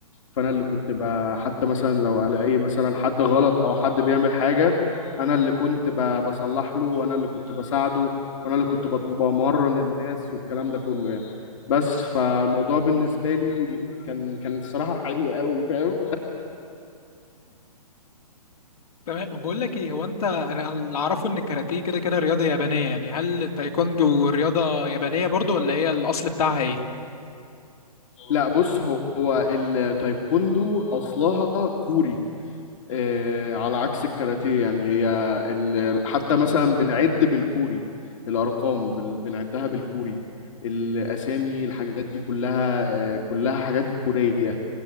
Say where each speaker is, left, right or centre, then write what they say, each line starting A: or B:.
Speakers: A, on the left (about 50°); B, on the left (about 65°).
A: فانا اللي كنت بقى حتى مثلا لو الاقي مثلا حد غلط او حد بيعمل حاجة انا اللي كنت ب... بصلح له وانا اللي كنت بساعده وانا اللي كنت بت- بمرن الناس والكلام ده كله يعني بس فالموضوع بالنسبة لي كان كان الصراحة حلو قوي فاهم
B: تمام بقول لك ايه هو انت انا اللي اعرفه ان الكاراتيه كده كده رياضه يابانيه يعني هل التايكوندو رياضه يابانيه برضو ولا هي الاصل بتاعها ايه
A: لا بص هو هو التايكوندو اصلها كوري آه، على عكس الكاراتيه يعني هي ال- حتى مثلا بنعد بالكوري الارقام بال- بنعدها بالكوري الاسامي الحاجات دي كلها آه، كلها حاجات كوريه